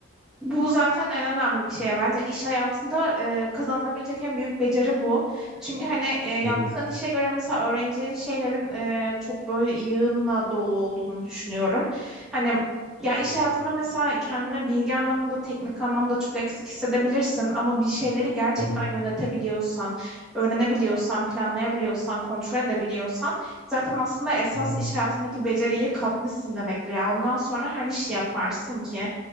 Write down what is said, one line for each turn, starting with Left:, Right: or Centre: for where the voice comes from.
Centre: Bu zaten en önemli bir şey ya. Bence iş hayatında e, kazanılabilecek en büyük beceri bu. Çünkü hani e, yaptığın
Right: Hı hı.
Centre: işe göre mesela öğreneceğin şeylerin e, çok böyle yığınla dolu olduğunu düşünüyorum. Hani ya iş
Right: Evet.
Centre: hayatında mesela kendine bilgi anlamında, teknik anlamda çok eksik hissedebilirsin ama bir şeyleri gerçekten
Right: Hı. Hı
Centre: yönetebiliyorsan, öğrenebiliyorsan, planlayabiliyorsan, kontrol edebiliyorsan zaten aslında esas
Right: hı. hı.
Centre: iş hayatındaki beceriyi kapmışsın demektir. Yani ondan sonra her işi yaparsın ki.